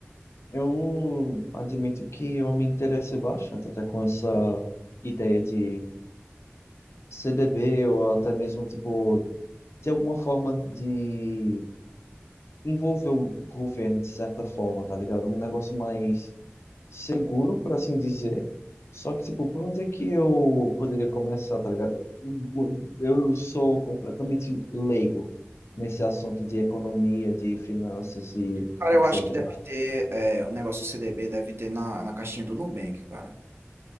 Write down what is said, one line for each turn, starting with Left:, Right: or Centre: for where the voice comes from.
Left: eu admito que eu me interessei bastante até com essa ideia de CDB ou até mesmo, tipo, de alguma forma de envolver o governo de certa forma, tá ligado? Um negócio mais seguro, por assim dizer. Só que, tipo, por onde é que eu poderia começar, tá ligado? Eu sou completamente leigo nesse assunto de economia, de finanças e
Right: Cara,
Left: etc.
Right: eu acho que deve ter, é, o negócio do CDB deve ter na, na caixinha do Nubank, cara.